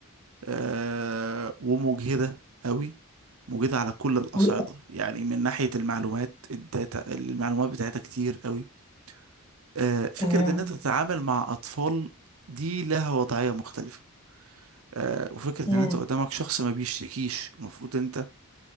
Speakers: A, on the right; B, on the left.
A: أه ومجهدة قوي مجهدة على كل الأصعدة
B: و-
A: يعني من ناحية المعلومات الداتا المعلومات بتاعتها كتير قوي أه فكرة
B: تمام
A: ان انت تتعامل مع اطفال دي لها وضعية مختلفة أه وفكرة
B: امم
A: ان انت قدامك شخص ما بيشتكيش المفروض انت